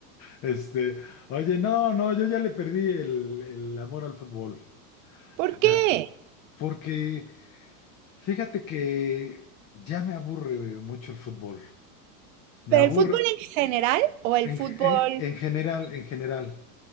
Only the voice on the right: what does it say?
¿Por
qué?
¿Pero
el fútbol en general o el
fútbol?